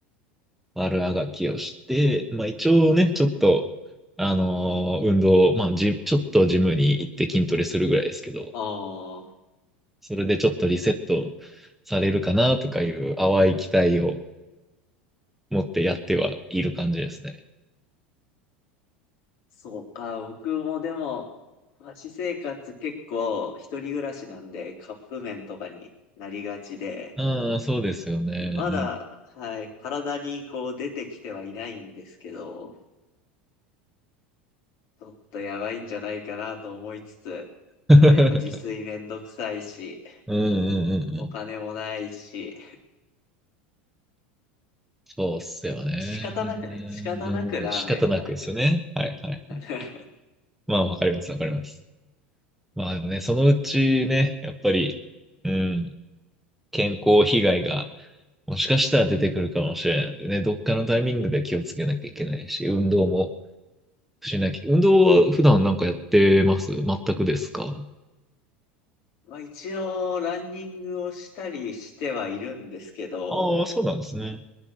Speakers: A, in the centre; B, on the left (about 60°).
A: 悪あがきをして、まあ一応ね、ちょっと、あのー運動、まあジ、ちょっとジムに行って筋トレするぐらいですけど、
B: ああ、
A: それでちょっとリセットされるかなとかいう淡い期待を持ってやってはいる感じですね。
B: そうか。僕もでも、私生活結構一人暮らしなんでカップ麺とかになりがちで、
A: ああ、そうですよね。
B: まだ、
A: うん。
B: はい、体にこう出てきてはいないんですけど、ちょっとやばいんじゃないかなと思いつつ、
A: <laughs>
B: でもやっぱ自炊めんどくさいし、
A: うんうんうんうん。
B: お金もないし、
A: そうっすよね。
B: 仕方なくね、仕方なくラーメンを食べてます。
A: うん、仕方なくですよね。はいはい。
B: <laughs>
A: まあわかりますわかります。まあでもね、そのうちね、やっぱり、うん。健康被害がもしかしたら出てくるかもしれないんでね、どっかのタイミングで気をつけなきゃいけないし、運動もしなきゃ。運動は普段なんかやってます全くですか
B: まあ一応、ランニングをしたりしてはいるんですけど、
A: ああ、そうなんですね。